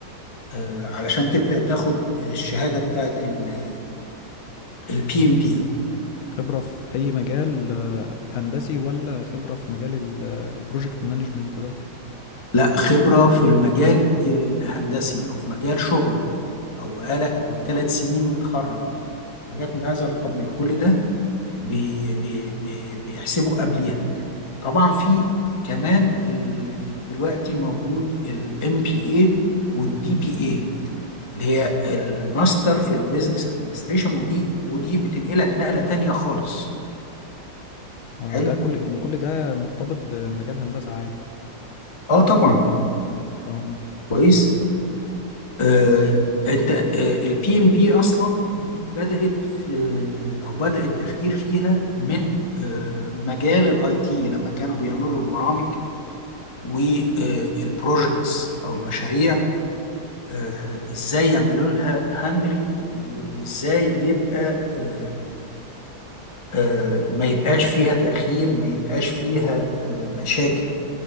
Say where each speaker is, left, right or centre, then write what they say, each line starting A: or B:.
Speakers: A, on the left; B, on the left.
A: آه، علشان تبدا تاخد الشهاده بتاعت البي ام بي
B: خبرة في اي مجال آه، هندسي ولا خبرة في مجال ال- آه، البروجكت مانجمنت ده
A: لا خبرة في المجال الهندسي أو في مجال شغلك أو بقالك
B: اه
A: ثلاث سنين متخرج حاجات من هذا القبيل كل ده بي بي بي بيحسبوا قبليها طبعا في كمان ال- دلوقتي موجود الام بي اي والدي بي اي اللي هي الماستر في البيزنس ادمنستريشن ودي ودي بتنقلك نقلة تانية خالص
B: اه
A: حلو
B: ده كل يعني كل ده مرتبط بمجال هندسة عادي
A: اه طبعا
B: اه
A: كويس آه، انت البي ام بي اصلا دي بدات في آه، او بدا التفكير فيها من آه، مجال الاي تي لما كانوا بيعملوا البرامج والبروجكتس او المشاريع آه، ازاي يعملوا لها هاندلنج وازاي يبقى آه، آه، ما يبقاش فيها تاخير ما يبقاش فيها آه، مشاكل